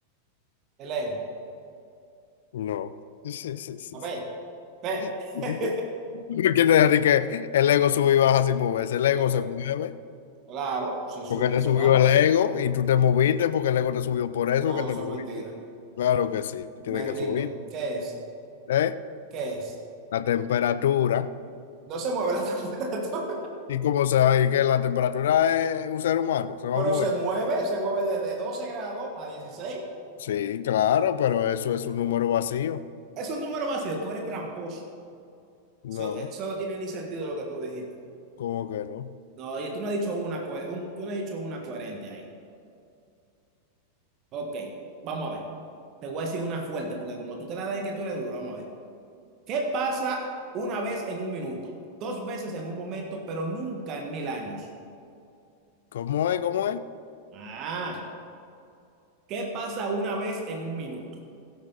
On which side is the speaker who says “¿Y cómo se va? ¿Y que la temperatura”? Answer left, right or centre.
Left